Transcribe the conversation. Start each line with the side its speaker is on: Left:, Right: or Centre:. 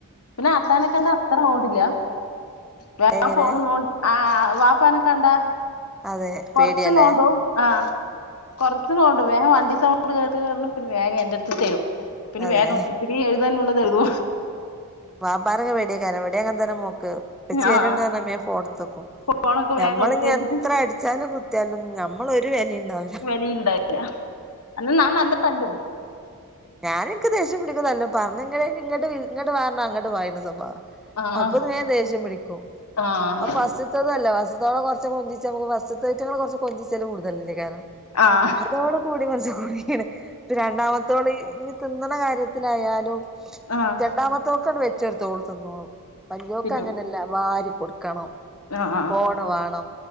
Left: പിന്നെ അത്താനെ കണ്ട അത്ര നോണ്ടില്ല വേ
Centre: എങ്ങനെ
Left: ഫോൺ നോ ആ ഹ് വാപ്പനെ കണ്ട
Centre: അതെ
Left: കൊറച്ച്
Centre: പേടിയല്ലേ
Left: നോണ്ട ആഹ് കൊറ ഇന്ന് പോവണ്ട വേഗം വണ്ടിക്കാകത്ത് കേയറി വന്ന് പിന്നെ വേഗം എന്റെഅടുത്ത് തരും പിന്നെ
Centre: അതെ
Left: വേഗം ഇത്തിരി എഴുതാൻ ഉള്ളതെഎഴുതു
Centre: വാപ്പാനെങ്ങെ പെടിയായ് ക്കാരം ഇവടെ അങ്ങനെ തന്നെ മോക്ക് ഇപ്പച്ചി വരുണ്ട്ന്ന്
Left: ആഹ്
Centre: പറഞ്ഞ വേം ഫോൺഎടുത്ത് വെക്കും
Left: ഫോണൊക്കെ
Centre: ഞമ്മള്
Left: വേഗം എടുത്ത്
Centre: ഇനി
Left: വെച്ചിട്ട്
Centre: എത്രഅടി ചാലുംകുത്തിയാലും ഞമ്മള് ഒരു വിലയുണ്ടാവ
Left: വെലണ്ടാവില്ല അന്ന നാ നല്ലതല്ലും
Centre: ഞാനഎക്ക് ദേഷ്യം പിടിക്കുന്നല്ലോ പറഞ്ഞ ഇങ്ങ ഇങ്ങട്ട് ഇങ്ങോട്ട് വാരണം അങ്ങോട്ട് വാ എന്റെ സ്വഭാ
Left: ആഹ്
Centre: അപ്പൊ ഞാൻ ദേഷ്യം പിടിക്കും
Left: ആഹ്
Centre: അപ്പൊ പസി വസ്തല്ല ഫസ്ത്തോളം കൊറച്ച് കൊഞ്ചിച്ച് ഫസ് റ്റങ്ങൾ കൊറച്ച് കൊഞ്ചിച്ചാലുണ്ട് കൂടുതലല്ലേ കാരം
Left: ആഹ്
Centre: അതോട് കൂടി മനസ കൂടാണ് ഇ രണ്ടാമത്തോള ഇനി തിന്നണ കാര്യത്തിലായാലും
Left: ആഹ്
Centre: രണ്ടാമത്തൊക്ക്‌ അത് വെച്ചെടുത്തോള് തിന്നോളൂ വല്ല്യോക്ക്
Left: തിന്നും
Centre: അങ്ങനെ ല്ലാ വരി കൊടുക്കണം
Left: ആഹ് ആഹ്
Centre: ഫോണ് വാണം